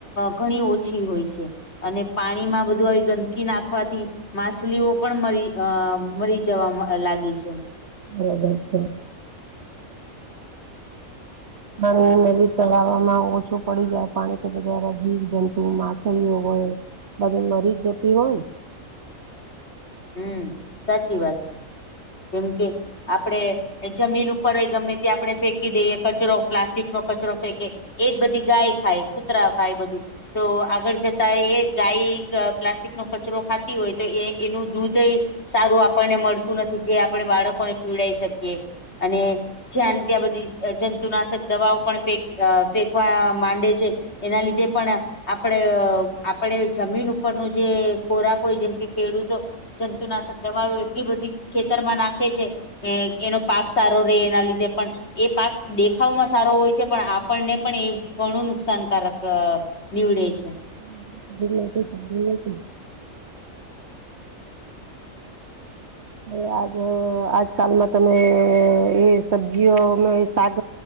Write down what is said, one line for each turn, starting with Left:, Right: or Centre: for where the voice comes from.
Left: ઘણી ઓછી હોય છે. અને પાણીમાં બધું ગંદકી નાખવાથી માછલીઓ પણરી અ મરી જવા લાગી છે.
Right: બરાબર છે. પાણી નદી તલામાં ઓછું પડી જાય પાણી કે જીવ જંતુ માછલીઓ હોય. બધી મરી જતી હોય ન
Left: હમ સાચી વાત છે. કેમ કે આપડે જમીન ઉપર એ ગમે આપડણે ફેંકી દઈએ કચરો પ્લાસ્ટિકનો કચરો ફેંકે એ બધી ગાય ખાય કૂતરા ખાય બધું તો આગળ જતા એ ગાય પ્લાસ્ટિકનો કચરો ખાતી હોય તો એ એનું દૂધ એ સારું આપણને મળતું નથી. જે આપણે બાળકોને પીવડાઈ શકીએ અને જ્યા ન ત્યાં બધી જંતુનાશક દવાઓ પણ ફે ફેંકવા માંડે છે. એના લીધે પણ આપણે આપડ જમીન ઉપરનું જે ખોરાક હોય જેમ કે ખેડૂતો જંતુનાશક દવાઓ એટલી બધી ખેતરમાં નાખે છે. એનો પાક સારો રહે એના લીધે પણ એ પાક દેખાવમાં સારો હોય છે. પણ આપણને પણ એ ઘણું નુકસાનકારક નીવ ડે છે.
Right: <unintelligible> <unintelligible> આજ આજકાલમાં તમે એ સબ્જીઓમાં એ શાક